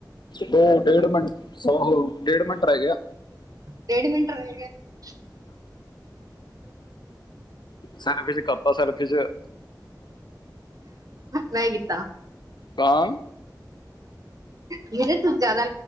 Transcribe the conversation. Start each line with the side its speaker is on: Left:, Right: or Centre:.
Left: ਦੋ ਡੇਢ ਮਿੰਟ ਸ ਡੇਢ ਮਿੰਟ ਰਹਿ ਗਿਆ
Right: ਡੇਢ ਮਿੰਟ ਰਹਿ ਗਿਆ
Left: ਸਾਨ ਪ ਸਲਪ ਚ
Right: ਨਹੀਂ ਕੀਤਾ
Left: ਤਾਂ
Right: ਵੀਰੇ ਤੂੰ ਜ਼ਿਆਦਾ